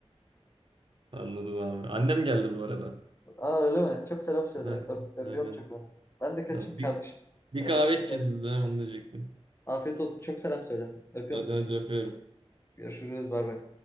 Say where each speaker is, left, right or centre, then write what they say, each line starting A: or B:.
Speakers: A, on the right; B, on the left.
A: Anladım abi. Annem geldi bu arada.
B: Aa öyle mi? Çok selam söyle.
A: Aynen.
B: Öp, öpüyorum
A: Aynen.
B: çok onu. Ben de kaçayım
A: Ya Bir,
B: kardeşim.
A: bir
B: Kardeşim
A: kahve içeceğiz
B: geldi.
A: biz de. ha, Onu diyecektim.
B: Afiyet olsun. Çok selam söyle. Öpüyorum
A: Hadi
B: sizi.
A: hadi öpüyorum.
B: Görüşürüz. Bay bay.